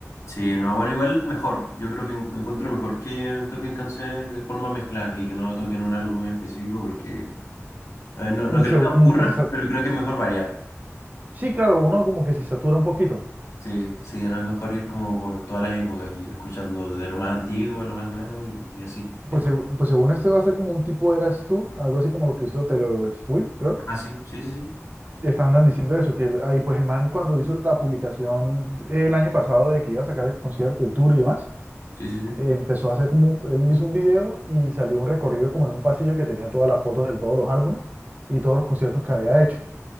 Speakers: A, on the left; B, on the right.
A: Sí, no, bueno, igual mejor. Yo creo que en- encuentro mejor que toquen canciones de forma mezclada y que no toquen un álbum en específico porque eh, no,
B: Mm,
A: no creo
B: Se-
A: que aburra,
B: como que se, sa-
A: pero creo que es mejor variar.
B: sí, claro, uno como que se satura un poquito.
A: Sí, sí, no es mejor ir como por todas las épocas y ir escuchando de lo más antiguo a lo más nuevo y, y así. ir
B: Pues,
A: co-
B: seg- pues según esto va a ser como un tipo Eras Tour, algo así como lo que hizo Taylor Swift, creo
A: Ah, sí, sí, sí, sí,
B: Estaban diciendo eso, que ahí pues el man cuando hizo la publicación el año pasado de que iba a sacar el concierto, el tour y demás,
A: sí, sí, sí.
B: eh, empezó a hacer como, él hizo un video y salió un recorrido como en un pasillo que tenía todas las fotos de todos los álbumes y todos los conciertos que había hecho.